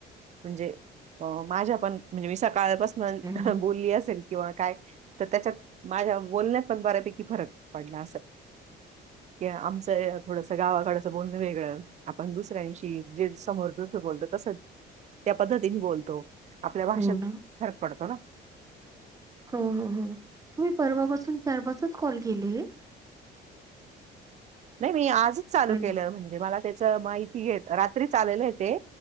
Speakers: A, on the right (about 40°); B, on the right (about 20°).
A: म्हणजे अ माझ्या पण म्हणजे मी सकाळपास
B: हम्म.
A: बोलली असेल किंवा काय तर त्याच्यात माझ्या बोलण्यात पण बऱ्यापैकी फरक पडलं अस की आमचं थोडस गावाकडच बोलन वेगळं आपण दुसऱ्यांशी जे समोर जस बोलतो तसं त्या पद्धतीने बोलतो आपल्या भाषेत
B: हो ना
A: फरक पडतो ना
B: हो हो हो मी परवापसून चार पाच कॉल केले
A: नाही मी आजच चालू
B: अरे
A: केलं,
B: वा.
A: म्हणजे मला त्याच माहिती रात्री आलेलं हे ते